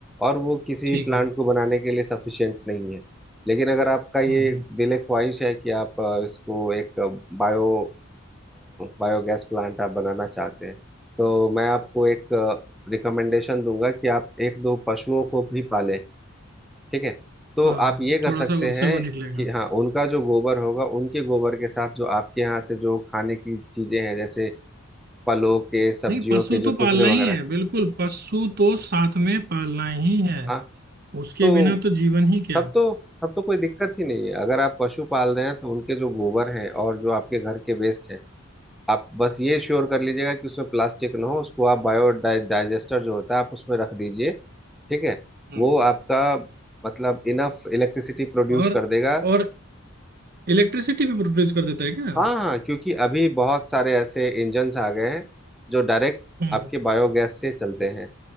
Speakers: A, in the centre; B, on the right.
A: और वो किसी
B: ठीक
A: भी प्लांट
B: है
A: को बनाने के लिए सफिशिएंट नहीं है लेकिन अगर आपका ये
B: हम्म हम्म
A: दिल ख्वाहिश है कि आप अ, इसको एक बायो बायोगैस प्लांट आप बनाना चाहते हैं तो मैं आपको एक रिकमेंडेशन दूंगा कि आप एक दो पशुओं को भी पालें ठीक है तो
B: हाँ
A: आप ये कर
B: थोड़ा
A: सकते
B: सा उससे
A: हैं
B: वो निकलेगा
A: कि हाँ उनका जो गोबर होगा उनके गोबर के साथ जो आपके यहाँ से जो खाने की चीजें हैं जैसे फलों के सब्जियों
B: नहीं पशु
A: के जो
B: तो पालना
A: टुकड़े वगैरह
B: ही है बिल्कुल पशु तो साथ में पालना ही है
A: हाँ
B: उसके
A: तो
B: बिना तो जीवन ही क्या
A: तब तो तब तो कोई दिक्कत ही नहीं है अगर आप पशु पाल रहे हैं तो उनके जो गोबर हैं और जो आपके घर के वेस्ट हैं आप बस ये श्योर कर लीजिएगा कि उसमें प्लास्टिक ना हो उसको आप बायो डाइ- डाइजेस्टर जो होता है आप उसमें रख दीजिए ठीक है
B: हम्म
A: वो आपका मतलब इनफ इलेक्ट्रिसिटी प्रोड्यूस
B: और
A: कर देगा
B: और इलेक्ट्रिसिटी भी प्रोड्यूस कर देता है क्या
A: हाँ हाँ क्योंकि अभी बहुत सारे ऐसे इंजन्स आ गए हैं जो डायरेक्ट
B: हम्म।
A: आपके बायोगैस से चलते हैं